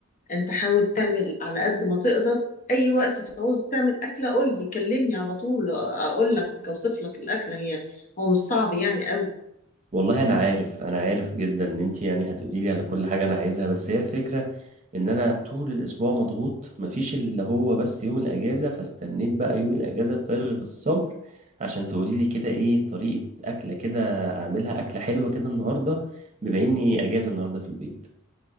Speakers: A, on the left; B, on the right.
A: انت حاول تعمل على قد ما تقدر اي وقت تعوز تعمل اكلة قول لي كلمني على طول اقول لك اوصف لك الاكلة هي هو مش صعب يعني قوي
B: والله انا عارف انا عارف جدا ان انت يعني هتقولي لي على كل حاجه انا عايزها بس هي الفكره ان انا طول الاسبوع مضغوط مفيش اللي هو بس يوم الاجازه فاستنيت بقى يوم الاجازه بفارغ الصبر عشان تقولي لي كده ايه طريقه اكله كده اعملها اكله حلوه كده النهارده بما اني اجازه النهارده في البيت